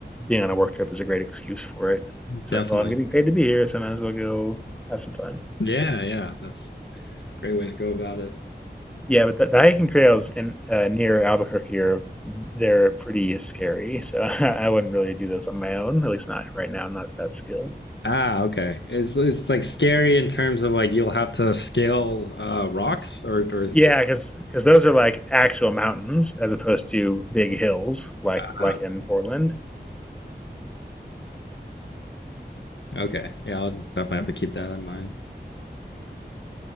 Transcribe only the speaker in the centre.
being on a work trip is a great excuse for it. It's
like, well, I'm getting paid to be here, so I might as well go have some fun.
Yeah, but the, the hiking trails in uh, near Albuquerque are they're pretty scary. So <laughs> I wouldn't really do those on my own, at least not right now. I'm not that skilled.
Yeah,
because because those are like actual mountains as opposed to big hills like
like in Portland